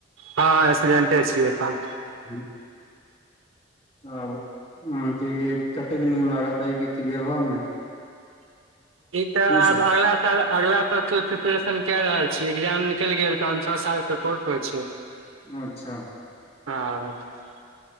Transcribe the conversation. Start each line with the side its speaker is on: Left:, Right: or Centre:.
Right: हँ स्टूडेंटे छियै तऽ
Left: <inaudible> तब अहाँके कते दिन लागत ऐ के क्लियर हुए में
Right: ई त आब
Left: साल
Right: अहाँ अगला तकत प्रिपेरेशन क रहल छी एग्जाम निकल गेल तन छओ साल के कोर्स पर छीए
Left: <inaudible> अच्छा
Right: <unintelligible>